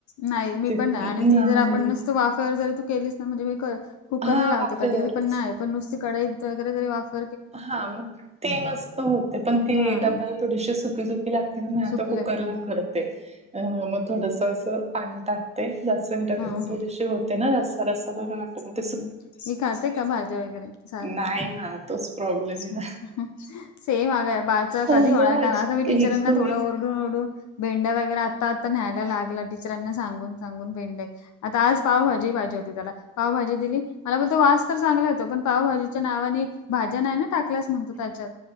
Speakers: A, on the left; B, on the right.
A: नाही मी
B: ते
A: पण नाही आणि ती
B: नाही
A: जर आपण नुसत वाफेवर जरी तू केलीस ना म्हणजे मी कर कुकरला
B: हा
A: लावते
B: वाफेवरच
A: कधी. पण नाही पण नुसती कढाईत वगैरे तरी वाफ
B: हा मग ती मस्त होते. पण ती
A: हा.
B: दाताला थोडीशी सुकी सुकी लागते म्हणुन मी आता
A: सुकी
B: कुकरला
A: लागते हम्म.
B: करते. अ म थोडस अस पाणी टाकते. जास्त घट्ट
A: हम्म
B: म
A: हम्म.
B: ती जशी होते ना रस्सा रस्सा बर वाटत बघ
A: हम्म. ही खाते का भाज्या वगैरे सार.
B: नाही ना तोच प्रॉब्लेम
A: सेम
B: आहे ना.
A: ह. का बाच कधी
B: अगं
A: होणार का असं मी टीचरांना
B: एक
A: थोडं ओर डून. भेंड्या वगैरे आता आता न्यायला लागला टीचरांना सांगून सांगून भेंडे आता आज पावभाजी पाहिजे होती त्याला. पावभाजी दिली. मला बोलतो वास तर चांगला येतो. पण पावभाजीच्या नावाने भाज्या नाही ना टाकल्यास म्हणतो त्याच्यात.